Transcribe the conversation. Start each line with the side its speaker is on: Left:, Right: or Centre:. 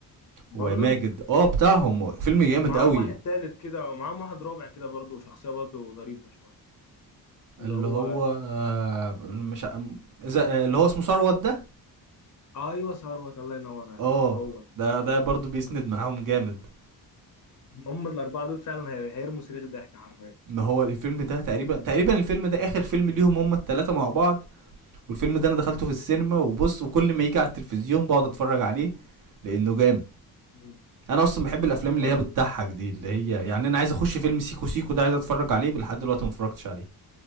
Left: برضو
Right: وماجد اه بتاعهم فيلم جامد
Left: ومعاهم
Right: قوي
Left: واحد تالت كده ومعاهم واحد رابع كده برضو شخصية برضو ظريفة شوية اللي
Right: اللي
Left: هو
Right: هو آه، مش ع- م- اذا آه، اللي هو اسمه ثروت ده
Left: آه، ايوه ثروت الله ينور عليك
Right: اه
Left: هو ده.
Right: ده ده برضو بيسند معاهم جامد
Left: هم الاربعة دول فعلا هي- هيرموا صريخ ضحك حرفيا
Right: ان هو الفيلم ده تقريبا تقريبا الفيلم ده اخر فيلم ليهم هم التلاتة مع بعض والفيلم ده انا دخلته في السينما وبص وكل ما يجي على التلفزيون بقعد اتفرج عليه لانه جامد
Left: مم.
Right: انا اصلا بحب الافلام اللي
Left: اه
Right: هي بتضحك دي اللي هي يعني انا عايز اخش فيلم سيكو سيكو ده عايز اتفرج عليه لحد دلوقتي ما اتفرجتش عليه